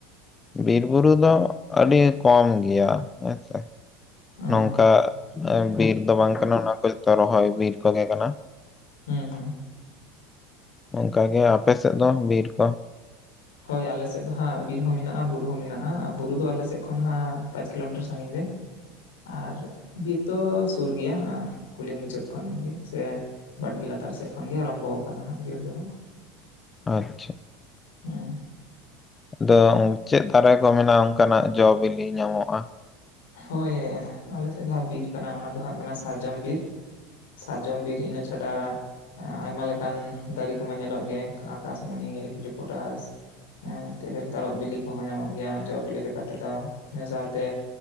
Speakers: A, on the left (about 25°); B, on the left (about 85°).
A: ᱵᱤᱨ ᱵᱩᱨᱩ ᱫᱚ ᱟᱹᱰᱤ ᱠᱚᱢ ᱜᱮᱭᱟ ᱦᱮᱸ ᱥᱮ
B: ᱚᱸ
A: ᱱᱚᱝᱠᱟ ᱵᱤᱨ ᱫᱚ ᱵᱟᱝ ᱠᱟᱱᱟ ᱚᱱᱟ ᱠᱚ ᱡᱚᱛᱚ ᱨᱚᱦᱚᱭ ᱵᱤᱨ ᱠᱚᱜᱮ ᱠᱟᱱᱟ
B: ᱦᱩᱸ ᱦᱩᱸ
A: ᱚᱱᱠᱟ ᱜᱮ ᱟᱯᱮᱥᱮᱫ ᱫᱚ ᱵᱤᱨ ᱠᱚ
B: ᱦᱳᱭ ᱟᱞᱮ ᱥᱮᱫ ᱫᱚ ᱦᱟᱸᱜ ᱵᱤᱨ ᱦᱚᱸ ᱢᱮᱱᱟᱜᱼᱟ ᱵᱩᱨᱩ ᱦᱚᱸ ᱢᱮᱱᱟᱜᱼᱟ ᱵᱩᱨᱩ ᱫᱚ ᱟᱞᱮ ᱥᱮᱫ ᱠᱷᱚᱱ ᱦᱟᱸᱜ ᱯᱟᱸᱪ ᱠᱤᱞᱳᱢᱤᱴᱟᱨ ᱥᱟᱺᱜᱤᱧ ᱨᱮ ᱟᱨ ᱵᱤᱨ ᱫᱚ ᱥᱩᱨ ᱜᱮᱭᱟ ᱠᱩᱞᱦᱤ ᱢᱩᱪᱟᱹᱫ ᱠᱷᱚᱱ ᱜᱮ ᱥᱮ ᱵᱟᱲᱜᱮ ᱞᱟᱛᱟᱨ ᱥᱮᱫ ᱠᱷᱚᱱ ᱜᱮ ᱟᱨᱚᱢᱵᱚ ᱟᱠᱟᱱᱟ ᱦᱟᱸᱜ ᱵᱤᱨ ᱫᱚ ᱦᱟᱸᱜ
A: ᱟᱪᱪᱷᱟ
B: ᱦᱩᱸ
A: ᱟᱫᱚ ᱪᱮᱫ ᱫᱟᱨᱮ ᱠᱚ ᱢᱮᱱᱟᱜᱼᱟ ᱚᱱᱠᱟᱱᱟᱜ ᱡᱚ ᱵᱤᱞᱤ ᱧᱟᱢᱚᱜᱼᱟ
B: ᱦᱳᱭ ᱟᱞᱮᱥᱮᱫ ᱡᱟᱦᱟᱸ ᱵᱤᱨ ᱠᱟᱱᱟ ᱚᱱᱟ ᱫᱚ ᱦᱟᱸᱜ ᱠᱟᱱᱟ ᱥᱟᱨᱡᱚᱢ ᱵᱤᱨ ᱥᱟᱨᱡᱚᱢ ᱵᱤᱨ ᱤᱱᱟᱹ ᱪᱷᱟᱰᱟ ᱟᱭᱢᱟ ᱞᱮᱠᱟᱱ ᱫᱟᱨᱤ ᱠᱚᱢᱟ ᱧᱮᱞᱚᱜ ᱜᱮ ᱟᱠᱟᱥᱢᱚᱱᱤ ᱤᱭᱩᱠᱮᱞᱤ ᱯᱚᱴᱟᱥ ᱦᱩᱸ, ᱛᱮᱨᱮᱞ ᱛᱟᱨᱚᱯ ᱵᱤᱞᱤ ᱠᱚᱦᱚᱸ ᱧᱟᱢᱚᱜ ᱜᱮᱭᱟ ᱡᱚ ᱵᱤᱞᱤ ᱞᱮᱠᱟ ᱛᱮᱫᱚ ᱤᱱᱟᱹ ᱥᱟᱶᱛᱮ